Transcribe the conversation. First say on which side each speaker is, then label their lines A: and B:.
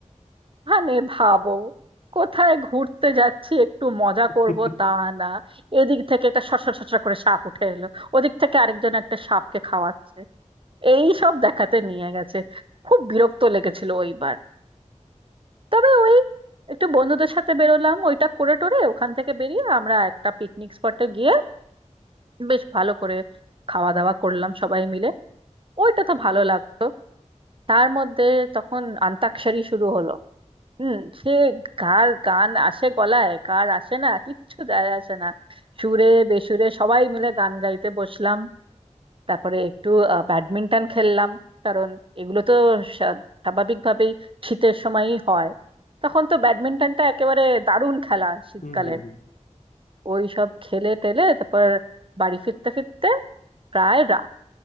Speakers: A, on the right; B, on the left.
A: মানে ভাবো কোথায় ঘুরতে যাচ্ছি একটু মজা করব
B: হুম
A: তা না এদিক থেকে একটা সরসর সরসর করে সাপ উঠে এলো ওদিক থেকে আরেকজন একটা সাপকে খাওয়াচ্ছে এই সব দেখাতে নিয়ে গেছে খুব বিরক্ত লেগেছিল ওইবার তবে ওই একটু বন্ধুদের সাথে বেরোলাম ওইটা করে টোরে ওখান থেকে বেরিয়ে আমরা একটা পিকনিক স্পটে গিয়ে বেশ ভালো করে খাওয়া দাওয়া করলাম সবাই মিলে ওইটা তো ভালো লাগতো তার মধ্যে তখন অন্তাক্ষরী শুরু হলো হুম সে কার গান আসে গলায় কার আসে না কিচ্ছু যায় আসে না সুরে বেসুরে সবাই মিলে গান গাইতে বসলাম তারপরে একটু আহ, ব্যাডমিন্টন খেললাম কারণ এগুলো তো স্বা- স্বাভাবিকভাবেই শীতের সময়ই হয় তখন তো ব্যাডমিন্টনটা একেবারে দারুণ খেলা শীতকালের
B: হুম হুম
A: ওই সব খেলে টেলে তারপর বাড়ি ফিরতে ফিরতে প্রায় রাত